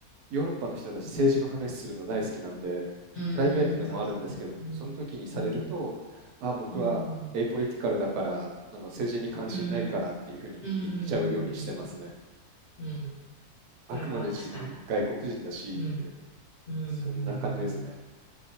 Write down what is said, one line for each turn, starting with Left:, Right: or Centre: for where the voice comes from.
Right: ヨーロッパの人たち政治の話するの大好きなんで、
Left: うん、
Right: プライベートでもあるんですけど、
Left: うん、そうですね。うん、
Right: その時にされると、
Left: うん、
Right: あ、僕はエイポリティカルだから、
Left: うん、
Right: あの政治に関心ないからっていうふうに言っちゃうようにしてますね。
Left: うん、うん、うん、うん、うん、うん
Right: あくまで自分外国人だしって、
Left: それは確かに。うん、うん、
Right: そんな感じですね。
Left: うん